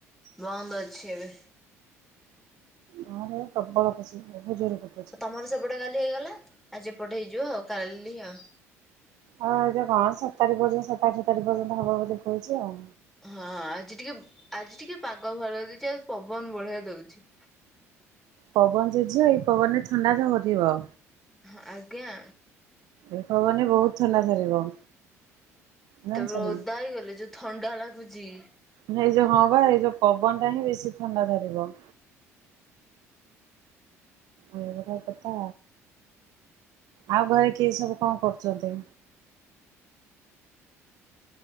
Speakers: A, in the centre; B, on the right.
A: ବନ୍ଦ ଅଛି ଏବେ।
B: ଗାଁରେ ପ୍ରବଳ ପଷି ବହୁତ ଜୋର କ
A: ତୁମର ସେପଟେ କାଲି ହେଇଗଲା ଆଜି ଏପଟେ ହେଇଯିବ ଆଉ କାଲି ଆଉ।
B: ହଁ ଏଟ କଣ ସାତ ତାରିଖ ପର୍ଯ୍ୟନ୍ତ ସାତ ଆଠ ତାରିଖ ପର୍ଯ୍ୟନ୍ତ ହବ ବୋଲି କହୁଛି ଆଉ।
A: ହଁ ଆଜି ଟିକେ ଆଜି ଟିକେ ପାଗ ଭଲ ଦେଇଛି ଆଉ ପବନ ବଢିଆ ଦଉଛି।
B: ପବନ ଜେ ଝିଅ ଏଇ ପବନରେ ଥଣ୍ଡାରେ ହରିବ।
A: ହଁ ଆଜ୍ଞା।
B: ଏ ହବନି ବହୁତ ଥଣ୍ଡା ଧରିବ। ଜାଣିଛ
A: ତାପରେ
B: ନା।
A: ଓଦା ହେଇ ଗଲି ଯୋଉ ଥଣ୍ଡା ଲାଗୁଛି।
B: ଏଇ ଯୋଉ ହଁ ବା ଏଇ ଯୋଉ ପବନ ଟା ହିଁ ବେଶୀ ଥଣ୍ଡା ଧରିବ। ଏଇଗଟା କଥା ଆଉ ଘରେ କିଏ ସବୁ କଣ କରୁଛନ୍ତି?